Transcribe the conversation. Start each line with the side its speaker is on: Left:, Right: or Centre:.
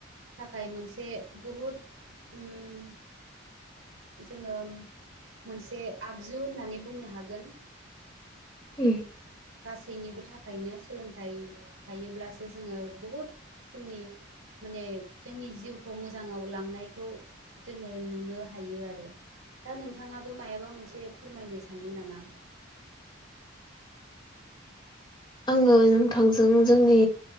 Right: थाखाय मोनसे बहुद उम जोङो मोनसे आगजु होननानै बुंनो हागोन
Left: <unintelligible>
Right: गासैनिबो थाखायनो सोलोंथाइ थायोब्लासो जोङो बहुद किसिमनि माने जोंनि जिउखौ मोजाङाव लांनायखौ जोङो नुनो हायो आरो दा नोंथाङाबो मायाबा मोनसे फोरमायनो सानदों नामा?
Left: <inaudible> आङो नोंथांजों जोंनि